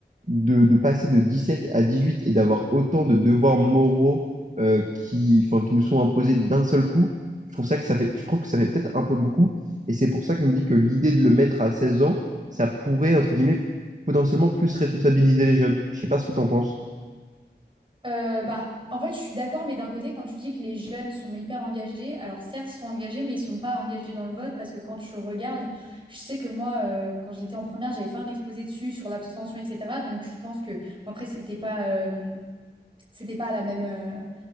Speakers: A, on the right (about 40°); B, on the right (about 25°).
A: de, de passer de 17 à 18 et d'avoir autant de devoirs moraux euh, qui, enfin, qui nous sont imposés d'un seul coup, je trouve ça que ça fait, je trouve que ça fait peut-être un peu beaucoup. Et c'est pour ça que je me dis que l'idée de le mettre à 16 ans, ça pourrait, entre guillemets, potentiellement plus responsabiliser les jeunes. Je sais pas ce que t'en penses.
B: Euh, bah, en fait, je suis d'accord, mais d'un côté, quand tu dis que les jeunes sont hyper engagés, alors certes, ils sont engagés, mais ils sont pas engagés dans le vote parce que quand je regarde, je sais que moi, euh, quand j'étais en première, j'avais fait un exposé dessus sur l'abstention, etc. Donc, je pense que, bon, après, c'était pas, euh, c'était pas la même. euh,